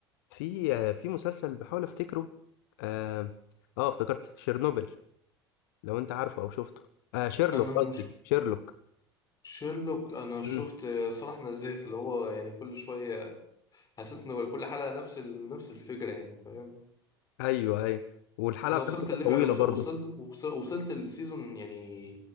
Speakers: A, on the left; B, on the left.
A: في آه، في مسلسل بحاول افتكره اه, آه افتكرت شيرنوبل لو انت عارفه او شفته آه شيرلوك
B: أنا
A: قصدي
B: مش
A: شيرلوك
B: شيرلوك أنا شفت
A: مم.
B: صراحة نزلت اللي هو يعني كل شوية حسيت إن كل حلقة نفس ال... نفس الفكرة يعني فاهم
A: ايوه ايوه والحلقه
B: انا وصلت
A: بتاعته كانت
B: الليفل
A: طويله
B: يعني وص-
A: برضه
B: وصلت وص- وصلت السيزون يعني